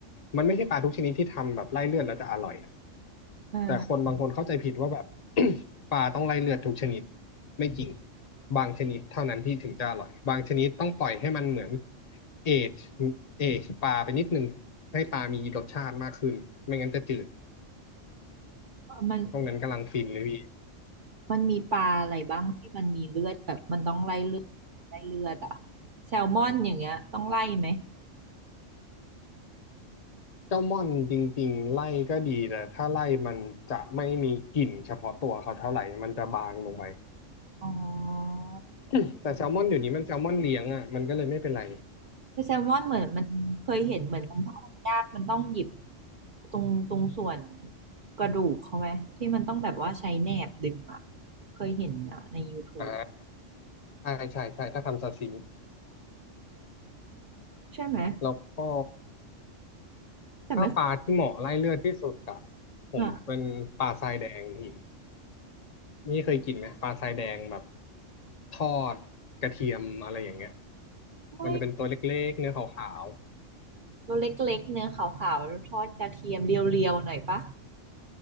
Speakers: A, on the left; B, on the right.
A: มันไม่ใช่ปลาทุกชนิดที่ทำแบบไล่เลือดแล้วจะอร่อยอะ
B: อ่า
A: แต่คนบางคนเข้าใจผิดว่าแบบ <coughs> ปลาต้องไล่เลือดทุกชนิดไม่จริงบางชนิดเท่านั้นที่ถึงจะอร่อยบางชนิดต้องปล่อยให้มันเหมือนเอจเอจปลาไปนิดนึงให้ปลามีรสชาติมากขึ้นไม่งั้นจะจืด
B: มัน
A: ช่วงนั้นกำลังฟินเลยพี่
B: มันมีปลาอะไรบ้างที่มันมีเลือดแบบมันต้องไล่เลือดไล่เลือดอ่ะแซลมอนอย่างเงี้ยต้องไล่ไหม
A: เจ้าม่อนจริงๆไล่ก็ดีแต่ถ้าไล่มันจะไม่มีกลิ่นเฉพาะตัวเขาเท่าไหร่มันจะบางลงไป
B: อ๋อ
A: <coughs> แต่แซลมอนอยู่นี้มันแซลมอนเลี้ยงอ่ะมันก็เลยไม่เป็นไร
B: แต่แซลมอนเหมือนมันเคยเห็นเหมือนมันทอดยากมันต้องหยิบตรงตรงส่วนกระดูกเขาไหมที่มันต้องแบบว่าใช้แหนบดึงอ่ะเคยเห็นอ่ะใน YouTube
A: อ่าใช่ใช่ใช่ถ้าทำซาซิมิ
B: ใช่ไหม
A: แล้วก็
B: แต่ไม่เคย
A: ถ้าปลาที่เหมาะไล่เลือดที่สุดอะผมเป็นปลาทรายแดงพี่
B: อ่ะ
A: นี่เคยกินไหมปลาทรายแดงแบบทอดกระเทียมอะไรอย่างเงี้ย
B: ไม่
A: มันจะเป็นตัวเล็กๆเนื้อขาว
B: ตัวเล็กๆเนื้อขาวๆทอดกระเทียมเรียวๆหน่อยปะ